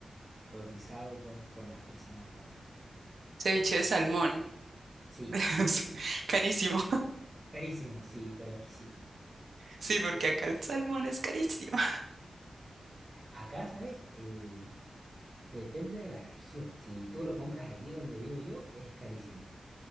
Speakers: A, on the right; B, on the right.
A: cotizado por, por las personas, la verdad.
B: ceviche de salmón,
A: Sí,
B: <laughs>
A: exquisito,
B: es carísimo,
A: exquisito. Carísimo, sí, pero exquisito.
B: sí, porque acá el salmón es carísimo.
A: Acá, ¿sabes? Eh, Depende de la región. Si tú lo compras aquí donde vivo yo, es carísimo,